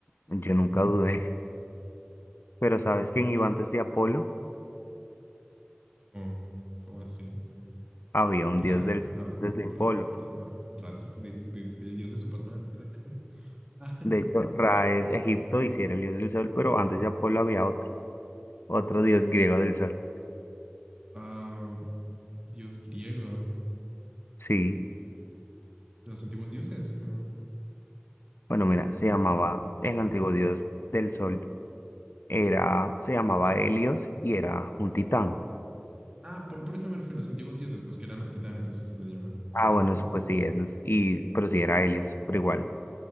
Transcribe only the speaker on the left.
Yo nunca dudé. <laughs> Pero ¿sabes quién iba antes de Apolo?
Había un
dios del
desde Apolo.
De hecho, Ra es Egipto y sí era el dios del sol, pero antes de Apolo había otro, otro dios griego del sol.
Sí,
bueno, mira, se llamaba, el antiguo dios del sol era, se llamaba Helios y era un titán.
Ah,
bueno,
es- pues
sí, eso es, y, pero sí era Helios, pero igual,